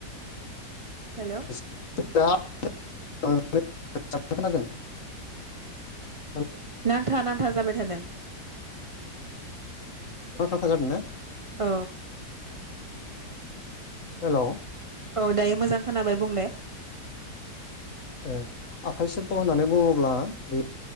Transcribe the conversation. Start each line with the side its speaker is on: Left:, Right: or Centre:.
Right: हेल'।
Left: <unintelligible>
Right: नांथा नां नांथा जाबाय थादों।
Left: नांथा नांथा जादों ने?
Right: अ।
Left: हेल'।
Right: औ दायो मोजां। खोनाबाय बुंलाय।
Left: ओ आखाइ सेरफाव होननानै बुङोब्ला बे